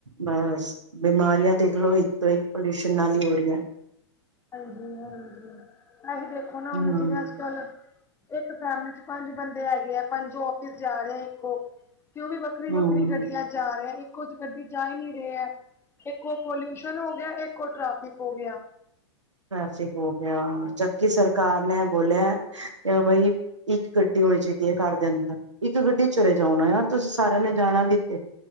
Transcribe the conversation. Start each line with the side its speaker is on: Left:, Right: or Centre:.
Right: ਬਸ ਬਿਮਾਰੀਆਂ ਦੇਖਲੋ ਇੱਕ ਤੋਂ ਇੱਕ ਪੋਲਿਊਸ਼ਨ ਨਾਲ ਹੀ ਹੋ ਰਹੀਆਂ,
Left: ਹਾਂਜੀ ਹਾਂਜੀ, ਅਸੀਂ ਦੇਖੋ ਨਾ ਹੁਣ,
Right: ਹੂੰ,
Left: ਜਿਵੇਂ ਅੱਜ ਕੱਲ ਇੱਕ ਫੈਮਲੀ ਚ ਪੰਜ ਬੰਦੇ ਹੈਗੇ ਹੈ ਪੰਜ ਆਫਿਸ ਜਾ ਰਹਾ ਇੱਕ ਉਹ ਤੇ ਉਹ ਵੀ ਵੱਖਰੀ
Right: ਹੂੰ
Left: ਵੱਖਰੀ ਗੱਡੀਆਂ ਜਾ ਰਹੇ ਹੈ ਇੱਕੋ ਗੱਡੀ ਜਾ ਹੀ ਨੀ ਰਹੇ ਹੈ, ਇੱਕ ਪੋਲਿਊਸ਼ਨ ਹੋ ਗਿਆ ਇੱਕ ਉਹ ਟਰੈਫਿਕ ਹੋ ਗਿਆ।
Right: ਟਰੈਫਿਕ ਹੋ ਗਿਆ ਜਦ ਕਿ ਸਰਕਾਰ ਨੇ ਬੋਲਿਆ, ਕੀ ਬਾਈ ਇੱਕ ਗੱਡੀ ਹੋਣੀ ਚਾਹੀਦੀ ਹੈ ਘਰ ਦੇ ਅੰਦਰ, ਇੱਕ ਗੱਡੀ ਚਲੇ ਜਾਉ ਨਾ ਯਾਰ ਤੁਸੀਂ ਸਾਰਿਆਂ ਨੇ ਜਾਣਾ ਵੀ ਇੱਥੇ,